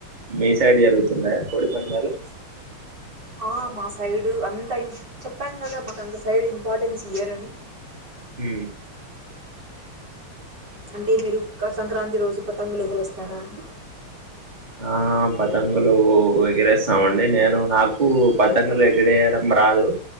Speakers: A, on the right (about 20°); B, on the right (about 50°).
A: మీసైడ్ జరుగుతుంటాయా కోడిపందాలు
B: ఆ మా సైడు అంత ఇం చెప్పాను కదా మాకు అంత సైడ్ం ఇంపార్టెన్స్ ఇయరని
A: హ
B: అంటే మీరు సంక్రాంతి రోజు ప పతంగులు ఎగిరేస్తారా అండి
A: ఆ పతంగులు ఎగిరేస్తామండి నేను నాకు పతంగలు ఎగిరేయడం రాదు